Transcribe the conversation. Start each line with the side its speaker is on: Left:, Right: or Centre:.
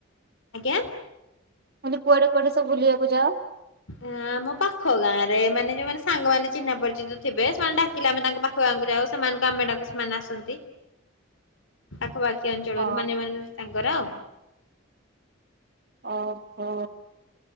Left: ଆଜ୍ଞା?
Right: ମାନେ କୁଆଡେ କୁଆଡେ ସବୁ ବୁଲିବାକୁ ଯାଅ?
Left: ଆ ଆମ ପାଖ ଗାଁ ରେ ମାନେ ଯୋଉମାନେ ସାଙ୍ଗମାନେ ଚିହ୍ନା ପରିଚିତ ଥିବେ ସେମାନେ ଡାକିଲେ ଆମେ ତାଙ୍କ ପାଖ <inaudible> ଖୁଆଙ୍କୁ ଯାଉ ସେମାନଙ୍କୁ ଆମେ ଡାକୁ ସେମାନେ ଆସନ୍ତି।
Right: <inaudible>
Left: ପାଖପାଖି ଅଞ୍ଚଳରୁ
Right: ଅ
Left: ମାନେ ମାନେ ତାଙ୍କର
Right: ଓହୋ